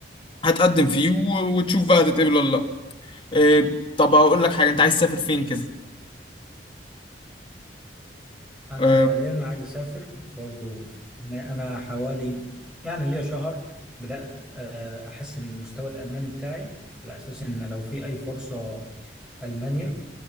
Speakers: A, on the left; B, in the centre.
A: هتقدم فيه و- وتشوف بقى هتتقبل ولا لا إيه، طب اقول لك حاجة انت عايز تسافر فين كده
B: انا
A: آه،
B: حاليا عايز اسافر برضو انا حوالي يعني ليا شهر بدأت آه، احسن من المستوى الالماني بتاعي على اساس ان لو في اي فرصة المانيا